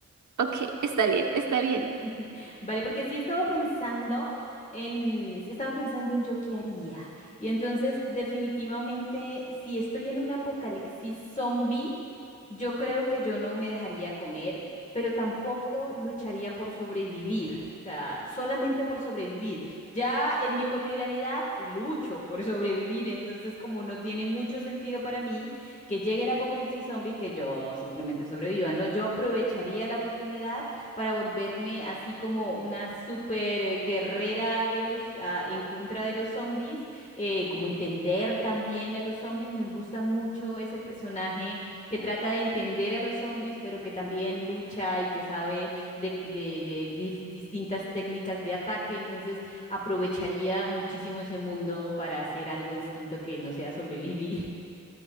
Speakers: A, on the right (about 70°); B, on the left (about 25°).
A: Ok, está bien, está bien.
B: <laughs> Vale, porque sí estaba pensando en, sí estaba pensando en yo qué haría. Y entonces, definitivamente, si estoy en un apocalipsis zombie, yo creo que yo no me dejaría comer, pero tampoco lucharía por sobrevivir. O sea, solamente por sobrevivir. Ya en mi cotidianidad lucho por sobrevivir, entonces como no tiene mucho sentido para mí que llegue el apocalipsis zombie, que yo simplemente sobreviva, no, yo aprovecharía la oportunidad para volverme así como una super eh, guerrera de los ah, en contra de los zombies, eh, como entender también a los zombies. Me gusta mucho ese personaje que trata de entender a los zombies, pero que también lucha y que sabe de, de- de dis- distintas técnicas de ataque. Entonces aprovecharía muchísimo ese mundo para hacer algo distinto que no sea sobrevivir. <laughs>